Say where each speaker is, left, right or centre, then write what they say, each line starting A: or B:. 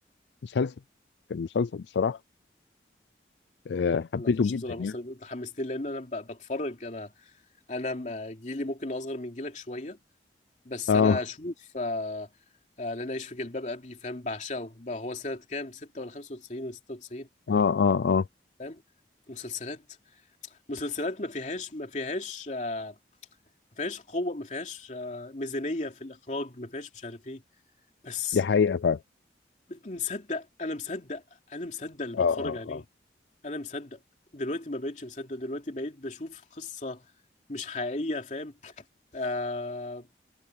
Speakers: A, on the left (about 75°); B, on the left (about 40°).
A: مسلسل كان مسلسل بصراحه أه حبيته
B: انا اخش
A: جدا
B: بصراحه
A: يعني
B: ابص عليه أنت حمستني لان انا ب- بتفرج انا انا م- جيلي ممكن اصغر من جيلك شويه بس
A: اه
B: انا اشوف آه، آه، لن اعيش في جلباب ابي فاهم بعشقه بقى هو سنه كام 6 ولا 95 ولا 96
A: اه اه اه
B: فاهم مسلسلات مسلسلات ما فيهاش ما فيهاش آه، ما فيهاش قوه ما فيهاش آه، ميزانيه في الاخراج ما فيهاش مش عارف ايه بس
A: دي حقيقه فعلا
B: مصدق انا مصدق انا مصدق اللي
A: اه
B: بتفرج
A: اه
B: عليه
A: اه
B: انا مصدق دلوقتي ما بقتش مصدق دلوقتي بقيت بشوف قصه مش حقيقيه فاهم آه